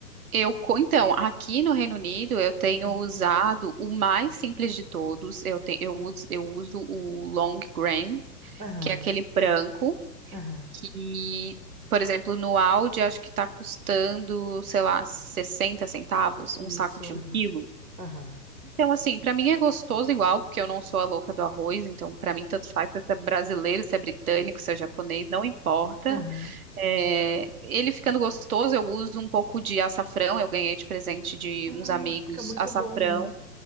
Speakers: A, on the right; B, on the right.
A: eu, co- então, aqui no Reino Unido eu tenho
B: Não.
A: usado o mais simples de todos. Eu, te, eu, uso, eu uso o Long Grain,
B: Aham,
A: que é aquele branco,
B: aham.
A: que, por exemplo, no Aldi acho que tá custando, sei lá, 60 centavos, um
B: Isso,
A: saco de
B: aham,
A: um quilo.
B: aham,
A: Então, assim, pra mim é gostoso igual, porque eu não sou a louca do arroz, então pra mim tanto faz se é brasileiro, se é britânico, se é japonês, não importa.
B: aham.
A: É, ele ficando gostoso, eu uso um pouco de açafrão, eu ganhei de presente de
B: Ah,
A: uns amigos
B: fica muito
A: açafrão.
B: bom, né?